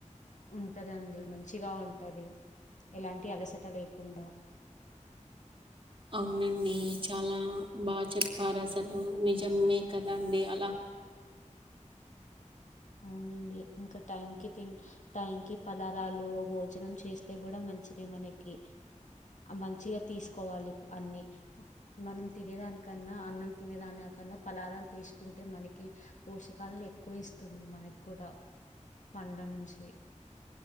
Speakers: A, on the left; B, on the right.
A: ఉంటదండి మంచిగా ఉం టది ఎలాంటి అలసట లేకుండా
B: అవునండి చాలా బా చెప్పారు అసలు నిజమే కదండి అలా
A: అవునండి ఇంకా టైం కి తి టైం కి పలారాలు భో చేనం చేస్తే కూడా మంచి తే మనకి అ మంచిగా తీసుకోవాలి అన్ని మనం తినేదానికన్నా అన్నం తినేదానికన్నా, ఫలారాలు తీసుకుంటే మనకి పోషకాలు ఎక్కువ ఇస్త తుంది మనకి కూడా పండ్ల నుంచి